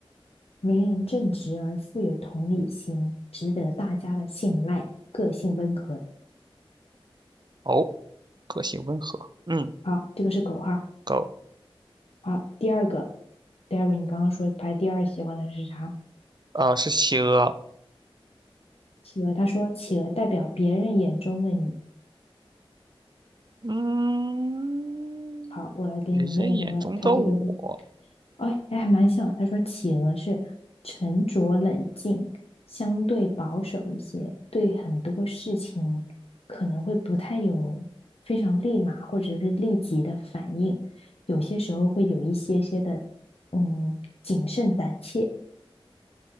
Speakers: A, on the left; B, on the right.
A: 为人正直而富有同理心，值得大家的信赖，个性温和。
B: 哦，个性温和，嗯，
A: 好，这个是狗哈。
B: 狗，
A: 好，第二个，第二个，你刚刚说排第二喜欢的是啥？
B: 呃，是企鹅，
A: 企鹅，他说企鹅代表别人眼中的你，
B: 嗯，
A: 好，我来给你念一下他他这个，
B: 别人眼中的我，
A: 哎，哎还蛮像的。他说企鹅是沉着冷静，相对保守一些，对很多事情可能会不太有非常立马或者是立即的反应，有些时候会有一些些的嗯谨慎胆怯，